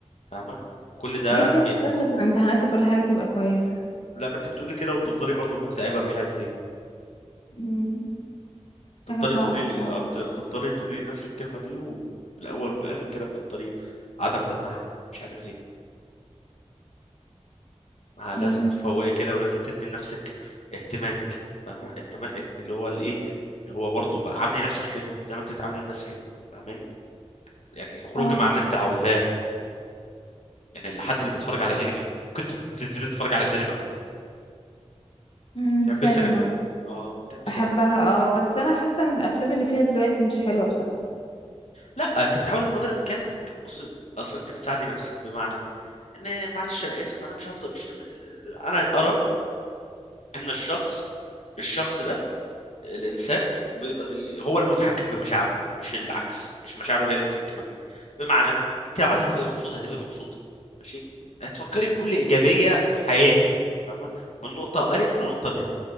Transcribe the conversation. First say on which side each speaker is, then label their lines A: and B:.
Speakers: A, on the left (about 85°); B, on the left (about 50°).
A: فاهمة كل ده
B: يخلص
A: ب...
B: تخلص الامتحانات وكل حاجه تبقى كويسه
A: لما انت بتقولي كده وبتفضلي برضو مكتئبة مش عارف ليه
B: مم.
A: تفضلي
B: حاجة صعبة
A: تقولي لي
B: فعلا
A: آه، بت- بتفضلي تقولي لي نفس الكلمه دي وفي الاول وفي الاخر كده بتفضلي عدم تنحى مش عارف ليه ما لازم
B: مم.
A: تفوقي كده ولازم تدي لنفسك اهتمامك فاهمه اهتمام اهت- اللي هو الايه اللي هو برضه بقى عاملي نفسك حلو زي ما انت بتعاملي الناس حلو فاهماني يعني خروجي
B: اه
A: مع اللي انت عاوزاه يعني الحد اللي بيتفرج على انمي كنت تنزلي تتفرج على سينما
B: مم.
A: تحب
B: سينما
A: السينما اه تحب السينما
B: بحبها اه بس انا حاسة ان الافلام اللي فيها دلوقتي مش حلوة بصراحة
A: لا انت بتحاولي بقدر الامكان انك بصي اصل انت بتساعدي نفسك بمعنى ان معلش انا اسف انا مش هفضل مش انا ارى ان الشخص الشخص ده الانسان بيقدر ي- هو المتحكم بمشاعره مش العكس مش مشاعره هي اللي متحكمه فيه بمعنى انت لو عايزه تبقي مبسوطه هتبقي مبسوطه ماشي هتفكري في كل ايجابيه في حياتك فاهمه من نقطه والف لنقطه ب